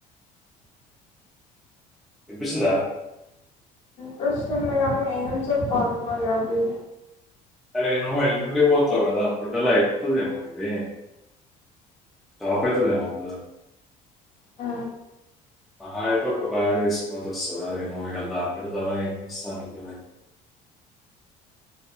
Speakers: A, in the centre; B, on the left.
A: ఇనిపిస్తుందా
B: ప్రశ్న ఉన్నా కానీ ఏం చెప్పాలి మరి అవి
A: అరే ను్ ఎల్లుండి పోతావు కదా అప్పటికల్లా అయిపోతుదేమో ఇది స్టాప్ అయితదేమో అప్పుడుదల్లా
B: ఆ
A: అహ అయితే ఒక బగా తీసుకోవాల్సి వస్తుంది అదేమో దాపెడతావా ఏం చేస్తావళ